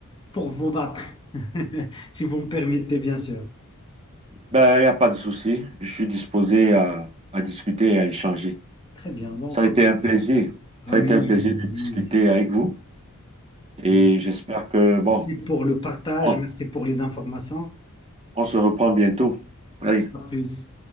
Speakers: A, on the left; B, on the right.
A: pour vous battre, <laughs> si vous me permettez, bien sûr.
B: Ben, il n'y a pas de souci. Je suis disposé à, à discuter et à échanger.
A: Très bien. Donc,
B: Ça a été un plaisir.
A: ah
B: Ça a
A: oui,
B: été un plaisir de
A: ah oui,
B: discuter avec vous et
A: merci.
B: j'espère que, bon,
A: Merci pour le partage,
B: on,
A: merci pour les informations.
B: on se reprend bientôt. Allez.
A: À plus.